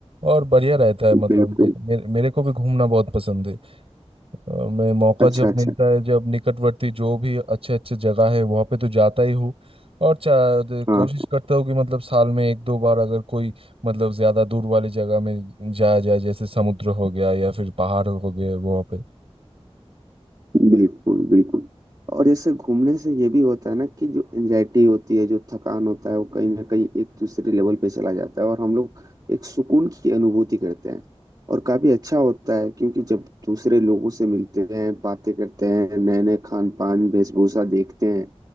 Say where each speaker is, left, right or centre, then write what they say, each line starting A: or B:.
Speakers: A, on the right (about 60°); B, on the right (about 40°).
A: और बढ़िया रहता है
B: हूँ
A: मतलब
B: बिल्कुल
A: मे, मेरे, मेरे को भी घूमना बहुत पसंद है अ, मैं मौका
B: अच्छा
A: जब
B: अच्छा
A: मिलता है जब निकटवर्ती जो भी अच्छे अच्छे जगह है वहाँ पे तो जाता ही हूँ और चा- दे-
B: हाँ
A: कोशिश करता हूँ कि मतलब साल में एक दो बार अगर कोई मतलब ज्यादा दूर वाली जगह में जाया जाए जैसे समुद्र हो गया या फिर पहाड़ हो गए वहाँ पे
B: बिल्कुल बिल्कुल और जैसे घूमने से ये भी होता है ना कि जो एंजाइटी होती है जो थकान होता है वो कहीं ना कहीं एक दूसरे लेवल पे चला जाता है और हम लोग एक सुकून की अनुभूति करते हैं और काफी अच्छा होता है क्योंकि जब दूसरे लोगों से मिलते हैं बातें करते हैं नए नए खान पान वेशभूषा देखते हैं